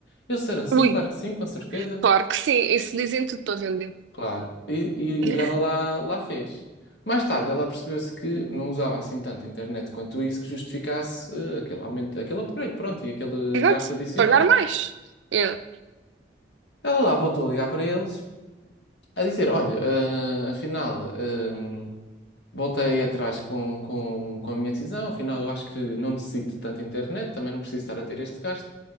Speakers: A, on the left; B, on the right.
A: Eles disseram sim,
B: Ui,
A: claro que sim, com certeza.
B: claro que sim. Isso dizem tudo para vender.
A: Claro. E, e,
B: <laughs>
A: e ela lá, lá fez. Mais tarde, ela percebeu-se que não usava assim tanto a internet quanto isso que justificasse eh, aquele aumento, aquele upgrade, pronto, e aquele
B: Exato.
A: gasto adicional.
B: Pagar mais. Yeah.
A: Ela lá voltou a ligar para eles, a dizer: Olha, eh, afinal, eh, voltei atrás com, com, com a minha decisão, afinal, eu acho que não necessito de tanta internet, também não preciso estar a ter este gasto,